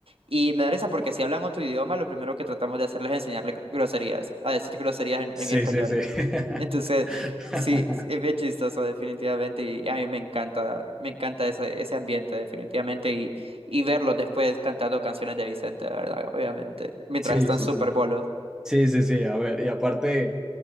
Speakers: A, on the right; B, in the centre.
A: Y me da risa porque si hablan otro idioma, lo primero que tratamos de hacerles es enseñarles gr- groserías, a decir groserías en,
B: Sí,
A: en español.
B: sí, sí.
A: Entonces,
B: <laughs>
A: sí, sí, es bien chistoso definitivamente y a mí me encanta, me encanta ese, ese ambiente definitivamente y, y verlos después cantando canciones de Vicente, ¿verdad? Obviamente, mientras
B: Sí,
A: están
B: sí,
A: súper
B: sí.
A: bolos.
B: Sí, sí, sí, a ver, y aparte,